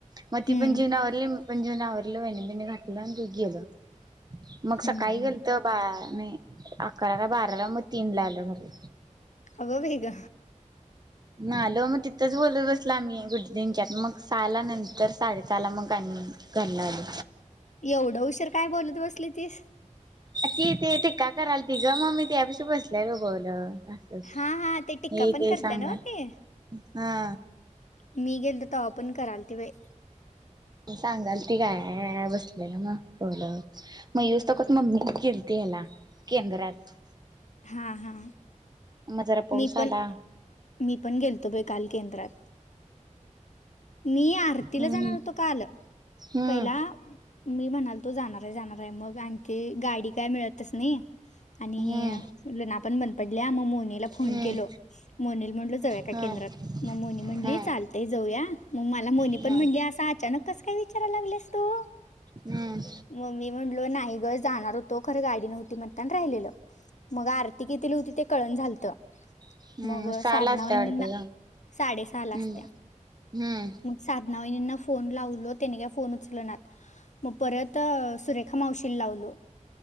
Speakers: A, on the right; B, on the left.
A: मग ती
B: हम्म
A: पण जेवनावरली पण जेवन आवरलं वन बणी घातलं आणि दोघी गेलं मग
B: हम्म
A: सकाळी
B: हम्म
A: गेल तर बा नाही अकरा का बाराला मग तीन ला आलं घरी
B: अग बग
A: नालो मग तिथंच बोलत बसला आम्ही गु दिंच्यात मग सा आला नंतर साडेस आला मग आणि कणारली
B: एवढं उशर काय बोलत बसली तीस.
A: ती ते तेका कराल ति ग मग मी त्यापेक्ष बसलाय लगवलं. असच
B: हा हा ते टिक्का
A: हे
B: पण
A: ते
B: करत्या
A: सांगा
B: नव्ह
A: हा.
B: ते मी गेल तर ओपण कराल ते बाय.
A: सांगाल ती काय बसलेला मग बोल मग तकत मम्मी खेलते ह्याला केंद्रात
B: हा हा
A: मग जरा पाऊस
B: मी पण
A: आला
B: मी पण गेलतो बाई काल केंद्रात मी आरतीला
A: हम्म
B: जाणार होतो काल
A: हम्म
B: पहिला मी म्हणाल तो जाणार आहे जाणार आहे मग आणखी गाडी काय मिळतस नाही. आणि
A: हम्म
B: ल ना पण बंद पडल्या मग मोनीला फोन
A: हम्म
B: केलो. मोनील म्हटल जाऊया काय
A: हम्म
B: केंद्रात
A: हम्म
B: मग मोनी म्हणली
A: हम्म
B: चालतय जाऊया मग मला मोनी
A: हम्म
B: पण म्हणली. अस अचानक कस काय विचारय लाग असतो.
A: हम्म.
B: मम्मी म्हणलो नाही ग जाणार होतो खरं गाडी नव्हती मगताण राहिलेलं. मग आरती किथली होती ते कळण झालतं.
A: हम्म
B: मग
A: सहाला
B: साधना
A: असते
B: महिन
A: वाटतं ग
B: साडे सहा ला
A: हम्म
B: असत्या.
A: हम्म
B: साधना वाहिणींना फोन लावलो त्याने का फोन उचल ना मग परत सुरेखा मावशीला लावलो.